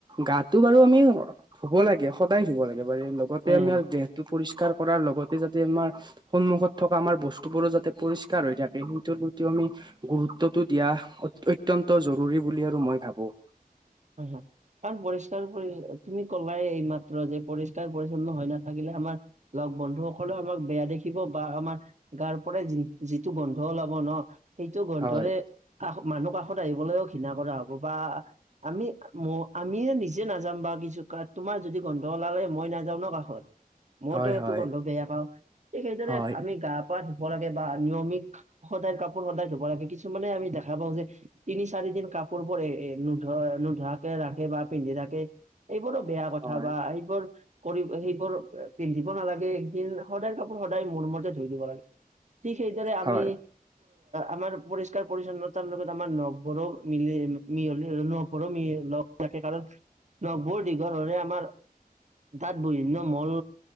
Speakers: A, on the right; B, on the right.
A: গাটো বাৰু আমি ধুব লাগে সদায় ধুব লাগে। একেবাৰে লগতে
B: হয়
A: আমাৰ
B: হয়
A: দেহটো পৰিষ্কাৰ পৰিষ্কাৰ কৰাৰ লগতে যাতে আমাৰ সন্মুখত থকা আমাৰ বস্তু বোৰো যাতে পৰিষ্কাৰ হৈ থাকে সেইটোৰ প্ৰতি গুৰুত্বটো দিয়া অত্যন্ত জৰুৰী বুলি আৰু মই ভাবো।
B: হয়, হয়। কাৰণ পৰিষ্কাৰ তুমি কলাই এইমাত্ৰ যে পৰিষ্কাৰ পৰিচ্ছন্ন হৈ নাথাকিলে আমাৰ লগ বন্ধুসকলে আমাক বেয়া দেখিব বা আমাৰ গাৰ পৰাই যিটো গন্ধ ওলাব ন সেইটো গোন্ধৰে
A: হয়
B: কাষ মানুহ কাষত আহিবলৈও ঘৃণা কৰা হব বা আমি ম আমি নিজে নাযাম বাাৰু কিছু তোমাৰ যদি গন্ধ ওলালে মই নাযাওঁ ন কাষত। মইতো
A: হয়
B: সেইটো
A: হয়
B: গন্ধ বেয়া পাওঁ, ঠিক সেইদৰে
A: হয়
B: আমি গা ধুব লাগে বা নিয়মিত সদায় কাপোৰ সদায় ধুব লাগে কিছুমানে আমি দেখা পাওঁ যে তিনি চাৰি দিন কাপোৰবোৰ এ এ ধৰ নোধোৱাকে ৰাখে বা পিন্ধি ৰাখে এইবোৰো বেয়া কথা
A: হয়
B: বা এইবোৰ কৰি সেইবোৰ পিন্ধিব নালাগে এদিন সদায় কাপোৰ সদায় মোৰ মতে ধুই দিব লাগে। ঠিক সেইদৰে আমি
A: হয়
B: আমাৰ পৰিষ্কাৰ পৰিচ্ছন্নতাৰ লগত আমাৰ নখবোৰো মিলে মিয়লি নখবোৰো লগ থাকে কাৰণ নখবোৰ দীঘল হলে আমাৰ তাত বিভিন্ন মল